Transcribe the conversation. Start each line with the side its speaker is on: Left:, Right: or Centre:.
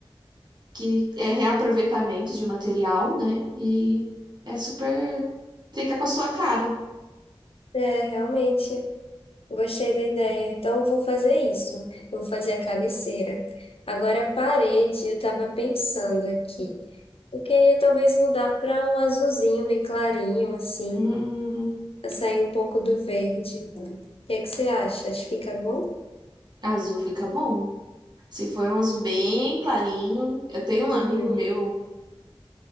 Right: que é reaproveitamento de material, né? E é super. Fica com a sua cara.
Left: É, realmente. Gostei da ideia. Então, eu vou fazer isso. Eu vou fazer a cabeceira. Agora, a parede, eu estava pensando aqui. Eu queria talvez mudar para um azulzinho bem clarinho, assim,
Right: Hum,
Left: pra sair um pouco do verde. O que é que você acha? Acho que fica bom?
Right: azul fica bom. Se for um azul bem clarinho. Eu tenho
Left: Uhum.
Right: um amigo meu,